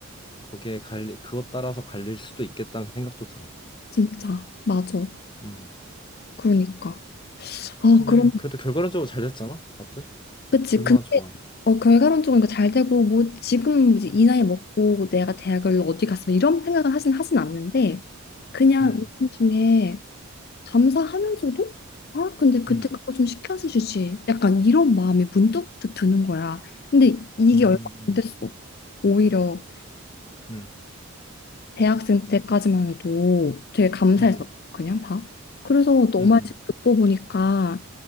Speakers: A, on the left; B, on the left.
A: 거기에 갈리, 그것 따라서 갈릴 수도 있겠다는 생각도 들어.
B: 진짜 맞아.
A: 음.
B: 그러니까. 아
A: 근데
B: 그럼
A: 그래도 결과론적으로 잘 됐잖아, 다들.
B: 그치.
A: 얼마나
B: 근데
A: 좋아.
B: 어 결과론적으로 잘 되고 뭐 지금 이제 이 나이 먹고 뭐 내가 대학을 어디 갔으면 이런 생각을 하진 하진 않는데 그냥
A: 음,
B: 요즘 중에 감사하면서도 아 근데 그때
A: 음,
B: 그거 좀 시켜서 주지 약간 이런 마음이 문득 드는 거야 근데 이게
A: 음,
B: 얼마 안 됐어 오히려
A: 음,
B: 대학생 때까지만 해도 되게 감사했서
A: 음,
B: 그냥 다 그래서 너
A: 음,
B: 말 지금 듣고 보니까